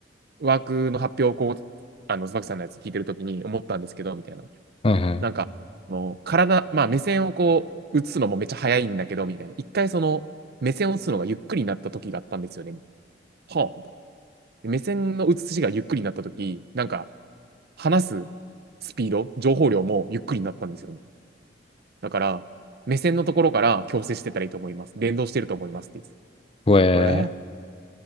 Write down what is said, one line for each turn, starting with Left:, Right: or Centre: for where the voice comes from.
Right: ワークの発表をこう、あの、椿さんのやつ聞いてるときに思ったんですけど、みたいな。
Left: はいはい。
Right: なんか、あの体、まあ目線をこう、映すのもめっちゃ早いんだけど、みたいな。一回その、目線を映すのがゆっくりになった時があったんですよね。はあ、みたいな。目線の映しがゆっくりになった時、なんか、話すスピード、情報量もゆっくりになったんですよね。だから、目線のところから矯正してたらいいと思います。連動してると思いますって
Left: ほえー。
Right: 言ってえー